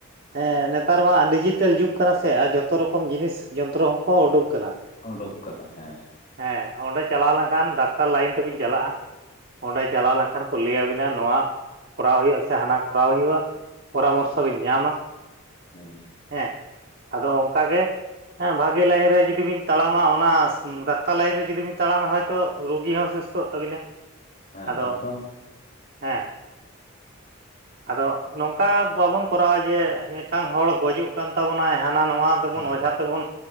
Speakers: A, on the right; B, on the left.
A: ᱦᱮᱸ ᱱᱮᱛᱟᱨ ᱢᱟ ᱰᱤᱡᱤᱴᱮᱞ ᱡᱩᱜᱽ ᱠᱟᱱᱟ ᱥᱮ ᱟᱨ ᱡᱷᱚᱛᱚ ᱨᱚᱠᱚᱢ ᱡᱤᱱᱤᱥ ᱡᱚᱱᱛᱨᱚ ᱦᱚᱸᱠᱚ ᱩᱰᱩᱠ ᱟᱠᱟᱱᱟ᱾
B: ᱳᱸᱰᱳᱠ ᱠᱟᱫᱟ ᱦᱮᱸ᱾
A: ᱦᱮᱸ ᱚᱸᱰᱮ ᱪᱟᱞᱟᱣ ᱞᱮᱱᱠᱷᱟᱱ ᱰᱟᱠᱛᱟᱨ ᱞᱟᱭᱤᱱ ᱛᱮᱵᱤᱱ ᱪᱟᱞᱟᱜᱼᱟ᱾ ᱚᱸᱰᱮ ᱪᱟᱞᱟᱣ ᱞᱮᱱᱠᱷᱟᱱ ᱠᱚ ᱞᱟᱹᱭᱟᱵᱤᱱᱟ ᱱᱚᱣᱟ ᱠᱚᱨᱟᱣ ᱦᱩᱭᱩᱜᱼᱟ, ᱥᱮ ᱦᱟᱱᱟ ᱠᱚᱨᱟᱣ ᱦᱩᱭᱩᱜᱼᱟ᱾ ᱯᱚᱨᱟᱢᱚᱨᱥᱚ ᱵᱤᱱ ᱧᱟᱢᱟ,
B: ᱦᱮᱸ
A: ᱦᱮᱸ ᱟᱫᱚ ᱚᱱᱠᱟᱜᱮ ᱦᱮᱸ ᱵᱷᱟᱜᱮ ᱞᱟᱭᱤᱱ ᱨᱮ ᱡᱩᱫᱤ ᱵᱤᱱ ᱛᱟᱲᱟᱢᱟ ᱚᱱᱟ ᱰᱟᱠᱛᱟᱨ ᱞᱟᱭᱤᱱ ᱨᱮ ᱡᱩᱫᱤ ᱵᱤᱱ ᱛᱟᱲᱟᱢᱟ ᱦᱚᱭᱛᱚ ᱨᱩᱜᱤ ᱦᱚᱸ ᱥᱩᱥᱛᱷᱚᱜ ᱛᱟᱵᱤᱱᱟ᱾
B: ᱦᱮᱸ
A: ᱟᱫᱚ,
B: ᱮᱠᱫᱚᱢ
A: ᱦᱮᱸ᱾ <inaudible> ᱟᱫᱚ ᱱᱚᱝᱠᱟ ᱵᱟᱵᱚᱱ ᱠᱚᱨᱟᱣᱟ ᱡᱮ ᱢᱤᱫᱴᱟᱝ ᱦᱚᱲ ᱜᱚᱡᱩᱜ ᱠᱟᱱ ᱛᱟᱵᱚᱱᱟᱭ ᱦᱟᱱᱟ ᱱᱚᱣᱟ ᱫᱚᱵᱚᱱ
B: ᱦᱮᱸ
A: ᱚᱡᱷᱟ ᱛᱮᱵᱚᱱ